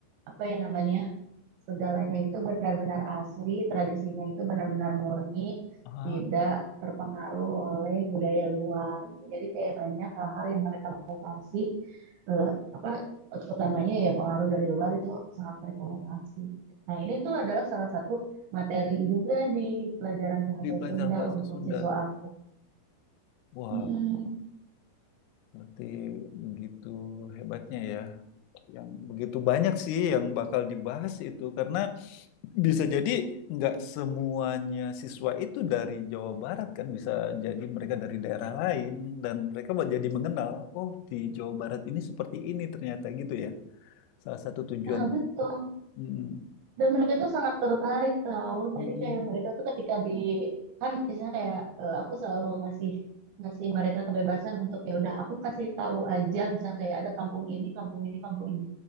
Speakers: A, on the right; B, on the left.
A: apa ya namanya segalanya itu benar-benar asli, tradisinya itu benar-benar murni,
B: Ah,
A: tidak terpengaruh oleh budaya luar. Jadi kayak banyak hal-hal yang mereka batasi, eh, apa utamanya ya pengaruh dari luar itu sangat mereka batasi. gitu. Nah ini tuh adalah salah satu materi juga di pelajaran bahasa
B: di pelajaran
A: Sunda
B: bahasa
A: untuk
B: Sunda.
A: siswa aku.
B: Wah,
A: Mm-mm.
B: berarti begitu hebatnya ya. Yang begitu banyak sih yang bakal dibahas itu karena Bisa jadi nggak semuanya siswa itu dari Jawa Barat kan, bisa jadi mereka dari daerah lain dan mereka buat jadi mengenal, oh di Jawa Barat ini seperti ini ternyata gitu ya. Salah satu tujuan
A: Nah betul.
B: mm,
A: dan mereka tuh sangat tertarik tau
B: Mm-mm.
A: jadi kayak mereka tuh ketika di kan misalnya kayak eh, aku selalu ngasih ngasih mereka kebebasan untuk ya udah aku kasih tahu aja misalnya kayak ada kampung ini kampung ini kampung ini